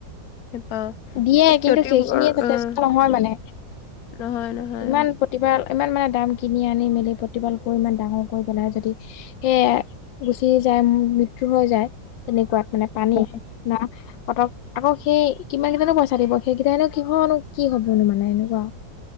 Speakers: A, on the left; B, on the left.
A: নাপাওঁ
B: দিয়ে
A: এই ক্ষতিবোৰ
B: কিন্তু সেইখিনিয়ে যথেষ্ট
A: উম,
B: নহয় মানে।
A: নহয় নহয়
B: ইমান প্ৰতিবাৰ ইমান মানে দাম কিনি আনি-মেলি প্ৰতিপাল কৰি ইমান ডাঙৰ কৰি পেলাই যদি সেয়াই গুচি যায় মৃত্যু হৈ যায়, তেনেকুৱাত। মানে পানী-
A: অ'।
B: না সহঁতক আকৌ সেই- কিমান কিটানো পইচা দিব, সেইকেটাইনো কিহৰনো কি হ'বনো মানে এনেকুৱা।